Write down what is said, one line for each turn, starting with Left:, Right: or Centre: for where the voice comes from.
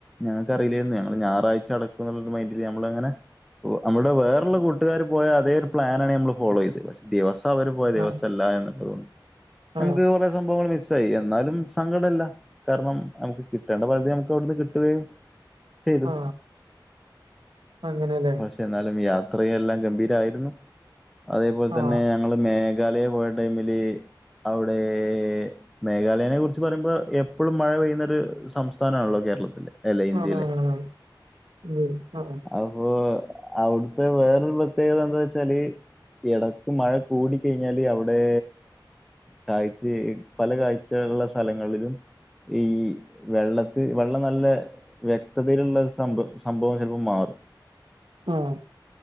Centre: ഞങ്ങക്കറീലേര്ന്ന് ഞങ്ങള് ഞാറാഴ്ച അട ക്ക്ന്ന്ള്ളൊരു മൈന്റില് ഞമ്മളങ്ങനെ ഓഹ് അമ്മൾടെ വേറെള്ള കൂട്ടുകാര് പോയ അതേ ഒരു പ്ലാനാണ് നമ്മള് ഫോളോ ചെയ്തെ പക്ഷെ ദിവസം അവര് പോയ ദിവസല്ല
Right: ആ
Centre: എന്നതുകൊണ്ട്
Right: ആ
Centre: നമുക്ക് കൊറേ സംഭവങ്ങൾ മിസ്സായി എന്നാലും സങ്കടല്ല. കാരണം നം നമുക്ക് കിട്ടേണ്ട പദ്ധതി ഞമുക്ക് അവിട്ന്ന് കിട്ടുകയും ചെയ്തു.
Right: ആ അങ്ങനെല്ലേ
Centre: ഭാഷ് എന്നാലും യാത്ര എല്ലാം ഗംഭീരായിരുന്നു. അതേപോലെ
Right: ആ
Centre: തന്നെ ഞങ്ങള് മേഘാലയെ പോയ ടൈമില് അവിടേ മേഘാലയനെ കുറിച്ച് പറയുമ്പോ എപ്പോഴും മഴ പെയ്യുന്നൊരു സംസ്ഥാന ആണല്ലോ കേരളത്തില് അല്ലേ ഇന്ത്യയില്
Right: ആണാണാണ് ഉം ആ
Centre: അപ്പൊ അവിടുത്തെ വേറൊരു പ്രത്യേകത എന്താ വച്ചാല് ഇട ഇപ്പം മഴ കൂട കഴിഞ്ഞാല് അവിടേ കാഴ്ച പല കാഴ്ചയ ഉള്ള സ്ഥലങ്ങളിലും ഈ വെള്ളത്തി വെള്ളം നല്ല വ്യക്തതയിലുള്ള സംഭ സംഭവം ചിലപ്പോൾ മാറും
Right: ആഹ്